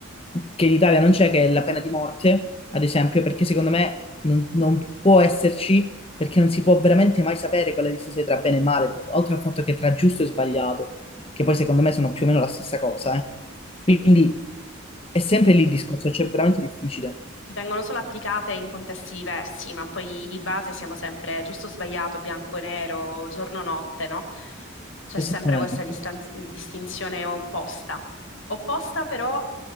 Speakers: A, on the left; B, on the left.
A: che in Italia non c'è, che è la pena di morte, ad esempio, perché secondo me non, non può esserci, perché non si può veramente mai sapere quella distinzione tra bene e male, tra- oltre al fatto che tra giusto e sbagliato, che poi secondo me sono più o meno la stessa cosa, eh.
B: sì.
A: Quindi è sempre lì il discorso, cioè è veramente difficile.
B: vengono solo applicate in contesti diversi, ma poi di base siamo sempre giusto o sbagliato, bianco e nero, giorno o notte, no? C'è sempre
A: Esattamente.
B: questa distan- distinzione opposta. Opposta però